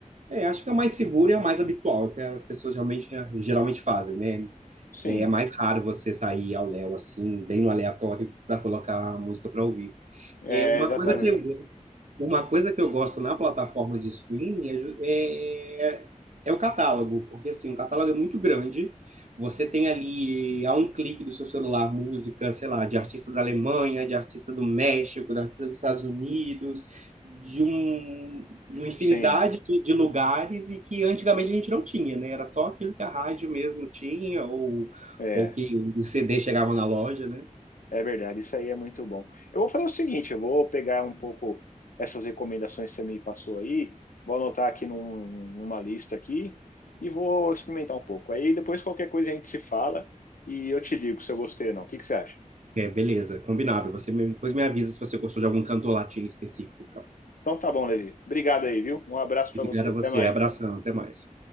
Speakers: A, on the right; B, on the left.
A: é, acho que é o mais seguro e é o mais habitual, é o que as pessoas realmente, geralmente fazem, né? É
B: Sim,
A: é mais raro você sair ao léu, assim, bem no aleatório, para colocar a música para ouvir.
B: é,
A: É uma
B: exatamente.
A: coisa que eu Uma coisa que eu gosto na plataforma de streaming é, ju- é, é é o catálogo, porque assim, o catálogo é muito grande. Você tem ali, a um clique do seu celular, música, sei lá, de artista da Alemanha, de artista do México, de artista dos Estados Unidos, de, um, de uma infinidade
B: Sim,
A: de, de lugares e que antigamente a gente não tinha, né? Era só aquilo que a rádio mesmo tinha, ou,
B: é,
A: ou que o CD chegava na loja, né?
B: é verdade, isso aí é muito bom. Eu vou fazer o seguinte, eu vou pegar um pouco essas recomendações que você me passou aí, vou anotar aqui num- numa lista aqui e vou experimentar um pouco. Aí depois qualquer coisa a gente se fala e eu te digo se eu gostei ou não. O que que você acha?
A: É, beleza, combinado. Você me- depois me avisa se você gostou de algum cantor latino específico. então.
B: Então tá bom, Levi. Obrigado aí, viu? Um abraço para
A: Obrigado
B: você.
A: a
B: Até
A: você.
B: mais.
A: Abração. Até mais.